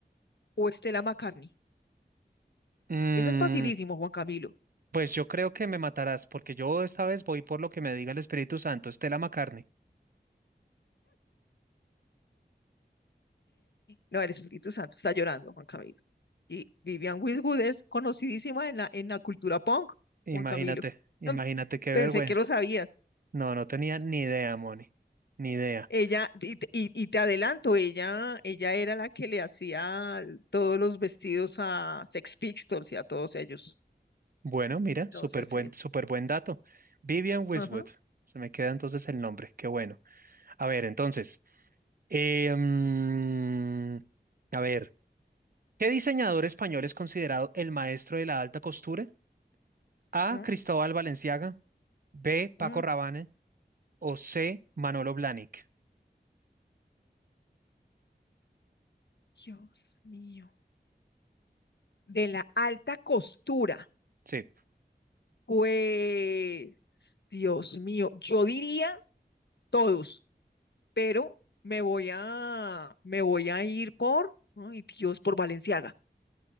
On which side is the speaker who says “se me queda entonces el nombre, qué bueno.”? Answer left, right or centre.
Right